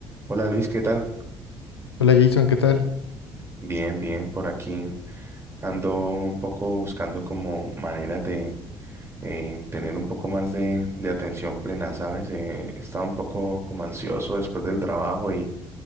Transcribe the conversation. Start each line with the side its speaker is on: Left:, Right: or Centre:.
Right: Hola Luis, ¿qué tal?
Left: Hola Jason, ¿qué tal?
Right: Bien, bien, por aquí ando un poco buscando como maneras de eh, tener un poco más de, de atención plena, ¿sabes? Eh, he estado un poco como ansioso después del trabajo y